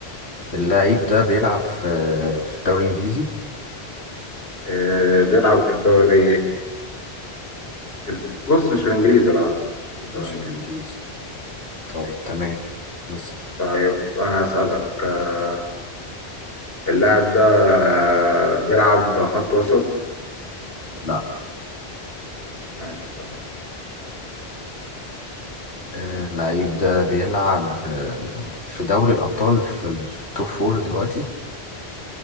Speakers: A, on the left; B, on the left.
A: اللاعب ده بيلعب في في الدوري الإنجليزي
B: إيه، بيلعب في الدوري في ال- بص مش في الإنجليزي لا مش في الدوري
A: مش
B: الإنجليزي
A: في الإنجليزي طيب تمام لسه
B: طيب أنا هسألك آه، اللاعب ده آه، بيلعب خط وسط؟
A: لا
B: ماشي اسألني
A: آه اللاعب ده بيلعب آه في دوري الأبطال في, ال- في التوب فور دلوقتي